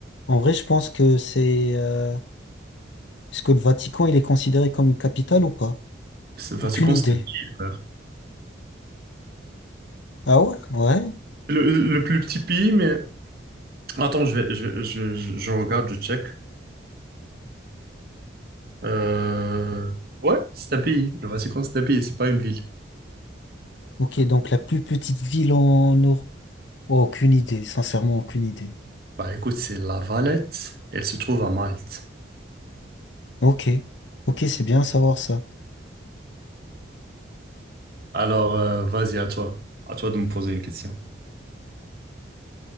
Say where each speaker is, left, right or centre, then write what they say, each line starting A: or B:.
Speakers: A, on the left (about 70°); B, on the right (about 50°).
A: En vrai, je pense que c'est... euh, Est-ce que le Vatican, il est considéré comme une capitale ou pas?
B: C'est- Vas-y,
A: Aucune
B: Constantine,
A: idée.
B: frère.
A: Ah ouais? Ouais.
B: Le, le plus petit pays, mais... Attends, je vais, je, je, je- je regarde, je check. Euh, Ouais, c'est un pays. Le Vatican, c'est un pays, c'est pas une ville.
A: Ok, donc la plus petite ville en Europe. aucune idée, sincèrement, aucune idée.
B: Bah écoute, c'est La Valette. Elle se trouve à Malte.
A: Ok. Ok, c'est bien à savoir ça.
B: Alors, euh, vas-y, à toi. À toi de me poser une question.